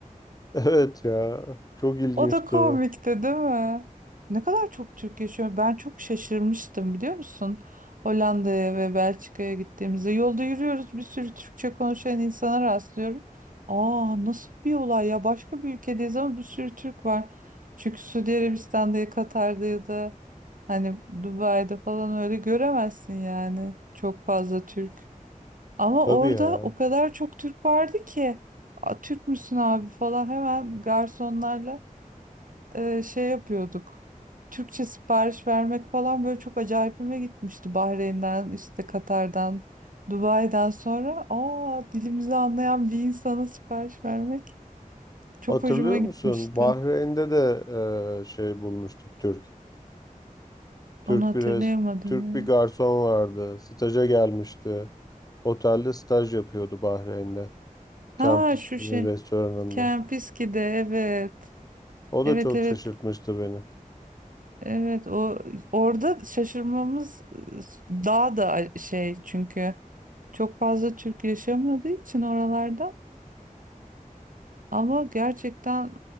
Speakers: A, on the left; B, on the right.
A: <laughs> Evet ya çok ilginçti
B: O da komikti
A: o.
B: değil mi? Ne kadar çok Türk yaşıyor. Ben çok şaşırmıştım biliyor musun? Hollanda'ya ve Belçika'ya gittiğimizde yolda yürüyoruz bir sürü Türkçe konuşan insana rastlıyorum. Aa nasıl bir olay ya başka bir ülkedeyiz ama bir sürü Türk var. Çünkü Suudi Arabistan'da ya Katar'da ya da hani Dubai'de falan öyle göremezsin yani çok fazla Türk. Ama
A: Tabii
B: orada
A: ya.
B: o kadar çok Türk vardı ki "Aa, Türk müsün abi falan hemen garsonlarla e, şey yapıyorduk. Türkçe sipariş vermek falan böyle çok acayipime gitmişti. Bahreyn'den, işte Katar'dan, Dubai'den sonra aa dilimizi anlayan bir insana sipariş vermek çok
A: Hatırlıyor
B: hoşuma gitmişti.
A: musun? Bahreyn'de de e, şey bulmuştuk Türk. Türk
B: Onu hatırlayamadım
A: bir res- Türk
B: ya.
A: bir garson vardı. Staja gelmişti. Otelde staj yapıyordu Bahreyn'de.
B: Ha
A: Kampüsünün
B: şu şey.
A: restoranında.
B: Kempiski'de evet.
A: O
B: Evet
A: da çok
B: evet.
A: şaşırtmıştı beni.
B: Evet o orada şaşırmamız e, daha da şey çünkü çok fazla Türk yaşamadığı için oralarda Ama gerçekten